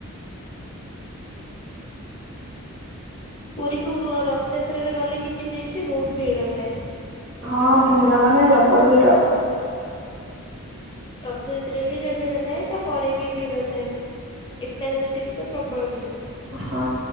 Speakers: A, on the left; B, on the right.
A: ପୁରୀକୁ ରଥଯାତ୍ରାରେ ଗଲେ କିଛି ନାହିଁ ଯେ ବହୁତ ଭିଡ ଥାଏ।
B: ହଁ ଭିଡ ମାନେ ଜବର ଭିଡ
A: ରଥ ଯାତ୍ରା ରେ ବି ଯ ଭିଡ ଥାଏ ତା ପରେରେ ବି ଭିଡ ଥାଏ। ଏକାଦଶୀ ରେ ତ ପ୍ରବଳ ଭିଡ଼ ଥାଏ
B: ହଁ